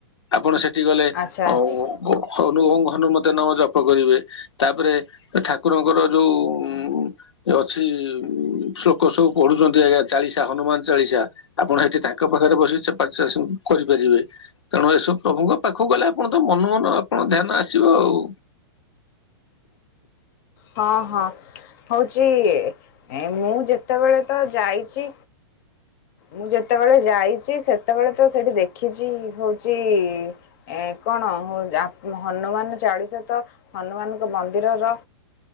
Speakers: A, on the left; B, on the left.
A: ଆପଣ ସେଠି ଗଲେ
B: ଆଚ୍ଛା
A: ଅ
B: ଆଚ୍ଛା
A: ହନୁ ହନୁମତ ନାମ ଜପ କରିବେ ତାପରେ ଠାକୁରଙ୍କର ଯୋଉ ଉ ଅଛି ଉ ଶ୍ଳୋକ ସବୁ ପଢୁଚ଼ନ୍ତି ଆଜ୍ଞା ଚାଳିଶା ହନୁମାନ ଚାଳିଶା ଆପଣ ଏଠି ତାଙ୍କ ପାଖରେ ବସିି ସେ ପା ଚାଷ କରିପାରିବେ ତେଣୁ ଏସବୁ ପ୍ରଭୁଙ୍କ ପାଖକୁ ଗଲେ ଆପଣ ତ ମନୁକୁ ମନ ଆପଣ ଧ୍ୟାନ ଆସିବ ଆଉ
B: ହଁ ହଁ ହଉଛି ଏ ମୁଁ ଯେ ସେତେବେଳେ ତ ଯାଇଛି। ମୁଁ ଯେତେବେଳେ ଯାଇଛି ସେତେବେଳେ ତ ସେଠି ଦେଖିଛି ହଉଛି ଏ କଣ ହନୁମାନ ଚାଳିଶ ତ ହନୁମାନଙ୍କ ମନ୍ଦିରର